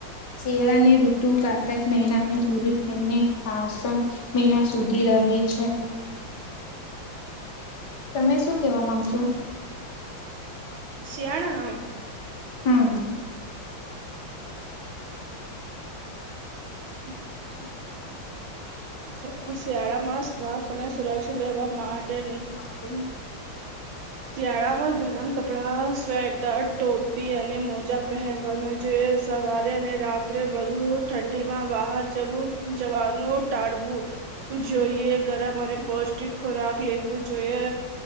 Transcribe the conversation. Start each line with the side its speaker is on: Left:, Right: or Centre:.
Left: શિયાળાને ઋતુ કાતક મેના ને ચૂરી થઈને પાસન. મહિના સુધી રહે છે. તમે શું કેવા માંગશો.
Right: શિયાણા.
Left: હમ.
Right: <inaudible> હ શિયાળા માં શ્વાસ અને સુરક્ષિત રહેવા માટેની
Left: આપણે
Right: શિયાળામાં ગરમ કપડા સ્વેટર ટોપી અને મોજા પહેર. જોઈએ સવારે અને રાત્રે બધું ઠંડી માં બહાર જવું જવાનું. તાળવું. જોઈએ ગરમ અને પૌષ્ટિક ખોરાક લેવું જોઈએ